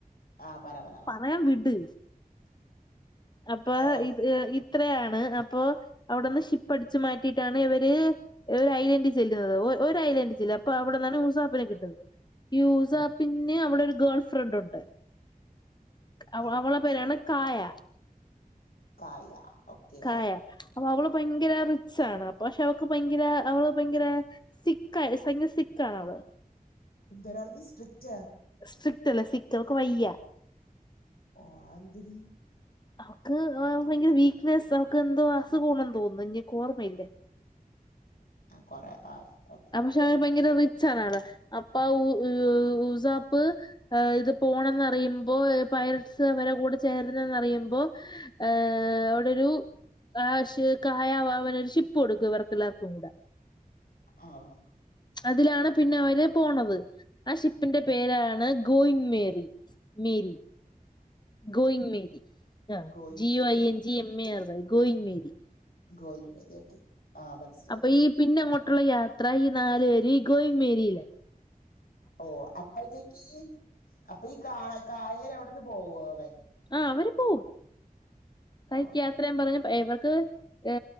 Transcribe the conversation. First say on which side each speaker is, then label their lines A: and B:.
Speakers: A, on the left; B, on the left.
A: ആ പറ പറ പറ
B: പറയാൻ വിട് അപ്പൊ
A: ഓ
B: ഇ ഇത്രയാണ് അപ്പൊ അവിടെന്ന് ഷിപ്പടിച്ചു മാറ്റിയിട്ടാണ് ഇവര് ഒരു ഐലൻഡ് ചെല്ലുന്നത് ഒരു ഐലൻഡ് ചെല്ല അപ്പൊ അവിടെന്നാണ് ഊസാപ്പിനെ കിട്ടുന്നത് ഈ ഉസാ പിന്ന് അവിടെ ഒരു ഗേൾ ഫ്രണ്ട് ഉണ്ട് അവ
A: ആ
B: അവളെ പേരാണ്
A: സൂപ്പർ
B: കായ
A: കായ ഓക്കെ
B: കായ അപ്പൊ അവള് ഭയങ്കര റിച്ച് ആണ് പക്ഷെ അവക്ക് ഭയങ്കര അവള് ഭയങ്കര സിക്കായ സിക്കാണ് അവള്
A: എന്തേരാണെന്ന് സ്ട്രിക്റ്റ
B: സ്ട്രിക്ട് അല്ല സിക്ക് അവക്ക് വയ്യ
A: ഓ ആന്തെര്
B: അവക്ക് ഭയങ്കര വീക്ക്നെസ്സ് അവക്ക് എന്തോ അസുഖാണെന്ന് തോന്നുന്നു ഇനിക്ക് ഓർമ്മയില്ല
A: ആ കൊറേ ആ ഓക്കെ
B: പക്ഷെ ഭയങ്കര റിച്ച് ആണ് ആള് അപ്പം ഉ ഉസാപ്പ് ഇത് പോണന്ന്റിയുമ്പോ പൈലസ് അവരെ കൂടെ ചേരുന്നന്നറിയു പ്പോ ഏ അവിടൊരു കാശ് കായവാവന ഒര് ഷിപ്പ് കൊടുക്കും ഇവർക്കെല്ലാവർക്കും കൂടെ
A: ആഹ്
B: അതിലാണ് പിന്നെ അവര് പോണത് ആ ഷിപ്പിന്റെ പേരാണ് going merry Mary going Mary ആ
A: ഗോയിങ്
B: ജി
A: വാരി
B: ഒ I
A: okay
B: N G M A R Y going Mary
A: going Mary okay ആ മനസ്സിലായി
B: അപ്പൊ ഈ പിന്നെ അങ്ങോട്ടുള്ള യാത്ര ഈ നാല് പേര് ഈ ഗോയിങ്ങ് മേരിയിലാ
A: ഓ അപ്പഴത്തേക്കി അപ്പ ഈ കാ കായേടെ അവിടിന്ന് പോവോ അവൻ
B: ആ അവര് പോവും കയ്ക്
A: ഓ
B: യാത്രയും പറഞ്ഞ് ഇവർക്ക് ഏ